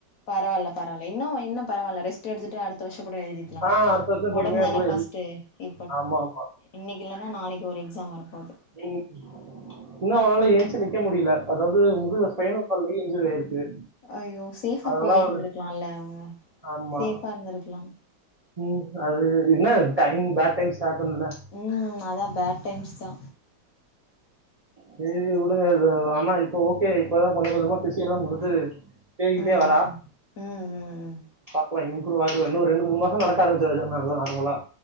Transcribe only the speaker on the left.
பரவால பரவால இன்னு இன்னு பரவால ரெஸ்ட் எடுத்துட்டு அடுத் அடுத்த வர்ஷோ கூட எழுதிக்கலா
ஒடம்பு
தானே
ஃபஸ்ட்டு இப்ப
இன்னைக்கி இல்லன்னா நாளைக்கி ஒரு எக்ஸாம் வரப்போகுது
அய்யோ சேஃபா
போய் இருந்துருக்கலால்ல
அவுங்க
சேஃபா இருந்திருக்கலா
ம் அதா பேட் டைம்ஸ் தா
ம்
ம் ம் ம்
ஆ